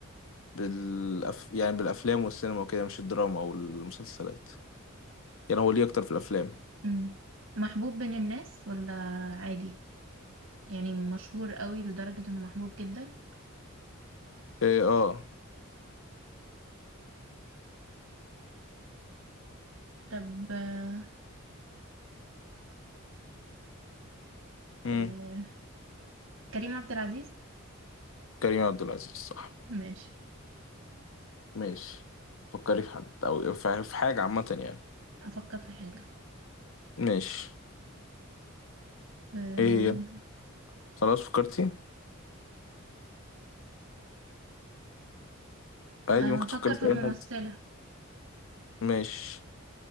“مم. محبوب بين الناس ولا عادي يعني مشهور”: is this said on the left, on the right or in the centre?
Right